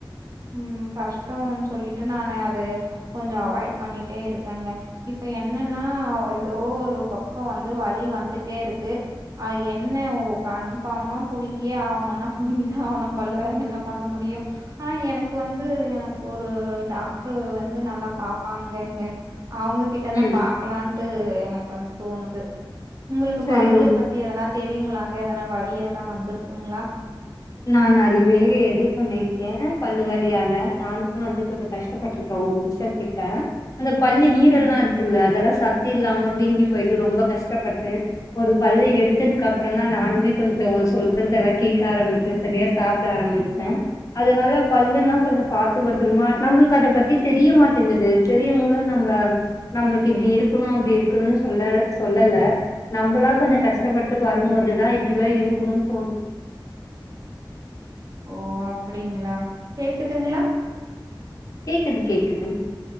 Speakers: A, on the right; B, on the left.
A: ம் கஷ்டோனு சொல்லிட்டு நானு அது கொஞ்சோ அவாய்ட் பண்ணிட்டே இருக்கேங்க இப்ப என்னன்னா ஏதோ ஒரு பக்கோ வந்து வழி வந்துட்டே இருக்கு அது என்ன ஒ கன்ஃபார்மா புடுங்கியே ஆவனுன்னா புடுங்கிதா ஆவனு பல்லு வேற என்ன பண்ண முடியு ஆனா எனக்கு வந் து எனக்கு ஒரு டாக்டரு வந்து நல்லா பாப்பாங்க இங்க அவங்க கிட் ட்ட
B: ம்
A: தா பாக்கலாட்டு எனக்கு வந்து தோணுது உங்களுக்கு
B: சரி
A: பல்லு
B: ஓ
A: பத் எதனா தெரியுங்களாங்க எதனா வலி எதனா வந்துருக்குங்களா
B: நா நெறையவே இது பண்ணிருக்கே பல்லுவலியால நானுமே வந்து கொஞ்சோ கஷ்டப்பட்டு ஓரு வர்ஷோ கிட்ட அந்த பல்லு ஈரல்லா
A: ம்,
B: இருக் கில்ல அதெல்லாம் சத்தி இல்லாம வீங்கி
A: ம்.
B: போய்ட்டு ரொம்ப கஷ்டப்பட்டு ஒரு பல்ல எடுத்ததுக்கு அப்றன்தா நானுமே கொஞ்சோ சொல்றதெல்லா கேக்க ஆரம்பி து சரியா சாப்ட ஆரம்பிச்சே அதனால பல்லுன்னா கொஞ்சோ பாத்து பத்தறமா நம்மள்க்கு அத பத்தி தெரிய மாட்டேங்குது பெரியவங்ளு நம்ப நம்மளுக்கு இப்டி இருக்கணு அப்டி இருக்கணு சொல்லவே சொல்லல நம்பளா கொஞ்சொ
A: ம்.
B: கஷ்டப்பட்டு வருமோதுதா இப்டிலா இருக்கு தோண்
A: ஓ அப்படிங்ளா கேக்குதுங்ளா
B: கேக்குது கேக்குது